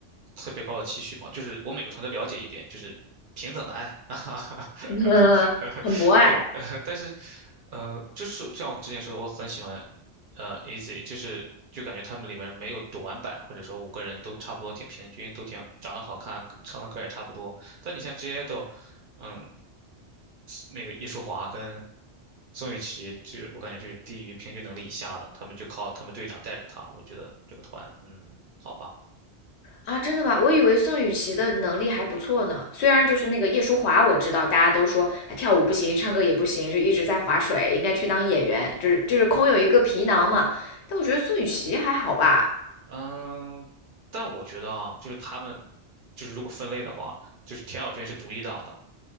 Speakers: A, on the right (about 55°); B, on the left (about 75°).
A: 特别高的期许嘛，就是我每个团都了解一点，就是平等的爱 <laughs>，哈哈哈，
B: <laughs> 嗯，很博爱。
A: 但呃但是呃就是像我之前说的，我很喜欢呃 AZ，就是就感觉他们里面没有短板，或者说五个人都差不多挺平均，都挺长得好看，唱的歌也差不多。但你像 J i d o L，嗯那个叶舒华跟宋雨琦就，我感觉就是低于平均能力以下的，他们就靠他们队长带着他。我觉得这个团，嗯，好吧，
B: 啊，真的吗？我以为宋雨琦的能力还不错呢。虽然就是那个叶舒华，我知道大家都说她跳舞不行，唱歌也不行，就一直在划水，应该去当演员，就是就是空有一个皮囊嘛。但我觉得宋雨琦还好吧。
A: 嗯，但我觉得啊，就是他们就是如果分类的话，就是田小娟是独一档的，